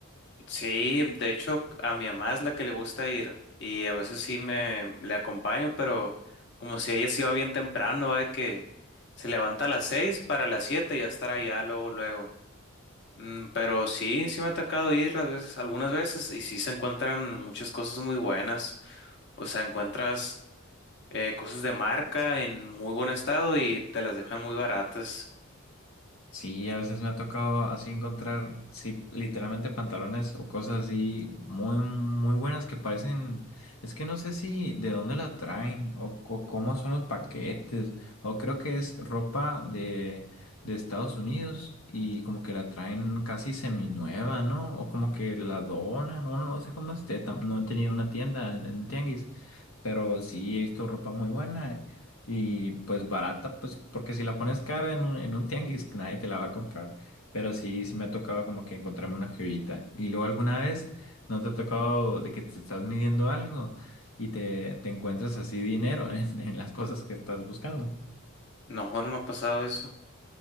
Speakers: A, on the left; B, on the left.
A: Sí, de hecho a mi mamá es la que le gusta ir y a veces sí me le acompaño, pero como si ella se iba bien temprano, ¿va? De Que se levanta a las seis para las siete y ya estar allá luego, luego. Mm, pero sí, sí me ha tocado ir las veces, algunas veces y sí se encuentran muchas cosas muy buenas. O sea, encuentras eh, cosas de marca en muy buen estado y te las dejan muy baratas.
B: Sí, a veces me ha tocado así encontrar, sí, literalmente pantalones o cosas así muy, muy buenas que parecen, es que no sé si de dónde la traen o, co- cómo son los paquetes, o creo que es ropa de, de Estados Unidos y como que la traen casi seminueva, ¿no? O como que la donan, no, no sé cómo esté, tam- no he tenido una tienda en, en un tianguis, pero sí he visto ropa muy buena y pues barata, pues porque si la pones cara en un, en un tianguis, <laughs> nadie te la va a comprar. Pero sí, sí me ha tocado como que encontrarme una jevita. Y luego alguna vez, ¿no te ha tocado de que te estás midiendo algo y te, te encuentras así dinero <laughs> en, en las cosas que estás buscando?
A: No, no me ha pasado eso.